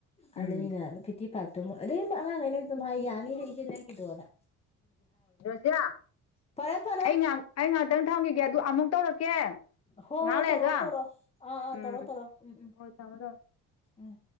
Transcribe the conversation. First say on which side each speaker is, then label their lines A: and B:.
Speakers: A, on the left; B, on the left.
A: ꯑꯗꯨꯅꯤꯅ
B: ꯎꯝ
A: ꯐꯤꯐꯇꯤ ꯐꯥꯏꯚ ꯑꯗꯨ ꯁꯃꯥꯏ ꯌꯥꯅꯤꯔ ꯍꯒ ꯅꯪꯗ ꯑꯂ
B: ꯁꯤꯔ
A: ꯐꯔꯦ ꯐꯔꯦ
B: ꯑꯩ ꯉꯍ ꯑꯩ ꯉꯍꯥꯛꯇꯪ ꯊꯝꯈꯤꯒꯦ ꯑꯃꯨꯛ ꯇꯧꯔꯛꯀꯦ
A: ꯍꯣꯏ
B: ꯉꯍꯥꯛ
A: ꯍꯣꯏ
B: ꯂꯩꯔꯒ
A: ꯇꯧꯔꯛꯑꯣ ꯇꯧꯔꯣꯑꯣ ꯑꯥ ꯑꯥ
B: ꯎꯝ
A: ꯇꯧꯔꯣ ꯇꯧꯔꯣ ꯎꯝ ꯎꯝ
B: ꯍꯣꯏ ꯊꯝꯃꯣ ꯊꯝꯃꯣ
A: ꯎꯝ